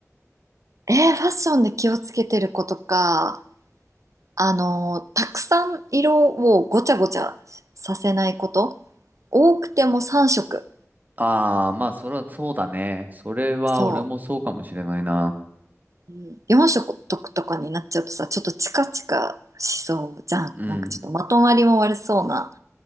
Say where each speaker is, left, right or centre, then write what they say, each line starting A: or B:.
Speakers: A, on the right (about 80°); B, on the right (about 35°).
A: えー、ファッションで気をつけてる子とか。あの、たくさん色をごちゃごちゃさせないこと。多くても3色。
B: ああ、まあ、それはそうだね。それは俺もそうかもしれないな。
A: そう。うん、4色とかになっちゃうとさ、ちょっとチカチカしそうじゃん。
B: うん。
A: なんかちょっとまとまりも悪そうな